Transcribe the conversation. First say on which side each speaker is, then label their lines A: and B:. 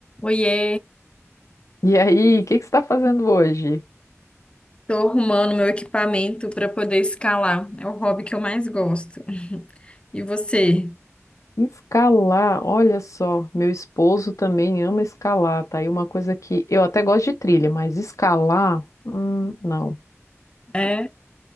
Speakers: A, on the left; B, on the left.
A: Oiê,
B: E aí, o que que você está fazendo hoje?
A: tô arrumando meu equipamento para poder escalar. É o hobby que eu mais gosto. <laughs> E você?
B: Escalar, olha só, meu esposo também ama escalar, tá? E uma coisa que eu até gosto de trilha, mas escalar, hum, não.
A: É?